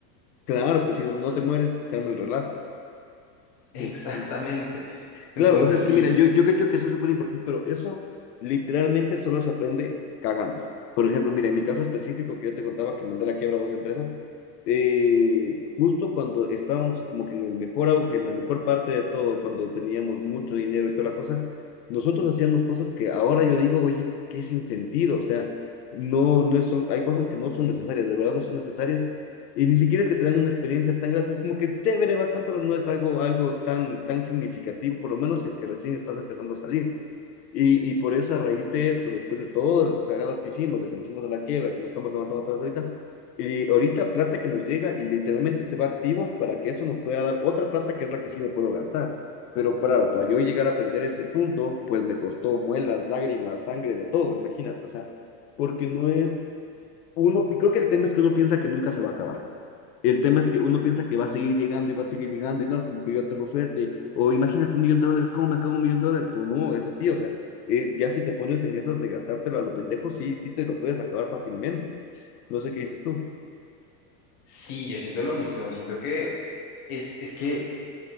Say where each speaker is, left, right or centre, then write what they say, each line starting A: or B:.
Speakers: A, on the left (about 70°); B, on the left (about 20°).
A: Claro, pues si no, no te mueres, se arma el relajo.
B: <laughs> Exactamente.
A: <laughs> Claro,
B: Entonces
A: o sea, es
B: sí,
A: que mira, yo, yo creo que eso es súper importante, pero eso literalmente solo se aprende cagando. Por ejemplo, mira, en mi caso específico que yo te contaba que mandé a la quiebra a dos empresas, eh, justo cuando estábamos como que en el mejor auge, en la mejor parte de todo, cuando teníamos mucho dinero y toda la cosa, nosotros hacíamos cosas que ahora yo digo, oye, qué sin sentido, o sea, no, no es- son, hay cosas que no son necesarias, de verdad no son necesarias, y ni siquiera es que te dan una experiencia tan grata, es como que chévere, bacán, pero no es algo, algo tan, tan significativo, por lo menos si es que recién estás empezando a salir. Y, y por eso, a raíz de esto, después de todas las cagadas que hicimos, de que nos fuimos a la quiebra, que nos estamos levantando atrás ahorita, y ahorita plata que nos llega y literalmente se va a activos para que eso nos pueda dar otra plata que es la que sí me puedo gastar. Pero claro, para yo llegar a aprender ese punto, pues me costó muelas, lágrimas, sangre, de todo, imagínate, o sea, porque no es, uno, creo que el tema es que uno piensa que nunca se va a acabar. El tema es que uno piensa que va a seguir llegando y va a seguir llegando y no, es como que yo tengo suerte, o imagínate un millón de dólares, ¿cómo me acabo un millón de dólares? Pero no, es así, o sea, eh, ya si te pones en esas de gastártelo a lo pendejo, sí, sí te lo puedes acabar fácilmente. No sé qué dices tú.
B: Sí, yo siento lo mismo, siento que es, es que...